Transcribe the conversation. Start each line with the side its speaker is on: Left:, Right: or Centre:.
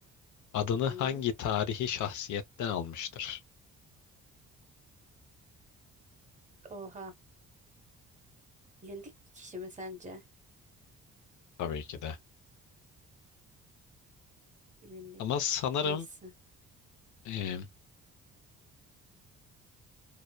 Left: adını
Right: Hı
Left: hangi
Right: hı.
Left: tarihi şahsiyetten almıştır?
Right: Oha. Bilindik bir kişi mi sence?
Left: Tabii ki de.
Right: Bilindik
Left: Ama
Right: bir
Left: sanırım
Right: kişi değilsin.
Left: e,